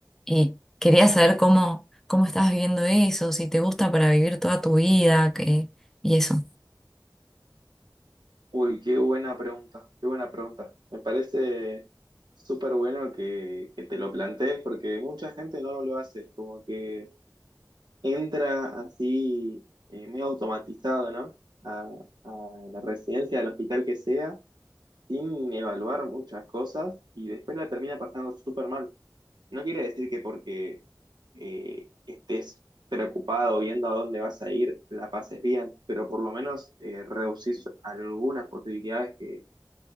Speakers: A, in the centre; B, on the right.
A: y quería saber cómo, cómo estás viviendo eso, si te gusta para vivir toda tu vida, que, y eso.
B: Uy, qué buena pregunta, qué buena pregunta. Me parece súper bueno que, que te lo plantees porque mucha gente no lo hace, como que... entra así eh, medio automatizado, ¿no? A, a la residencia del hospital que sea, sin evaluar muchas cosas y después la termina pasando súper mal. No quiere decir que porque eh, estés preocupado viendo a dónde vas a ir, la pases bien, pero por lo menos eh, reducís algunas posibilidades que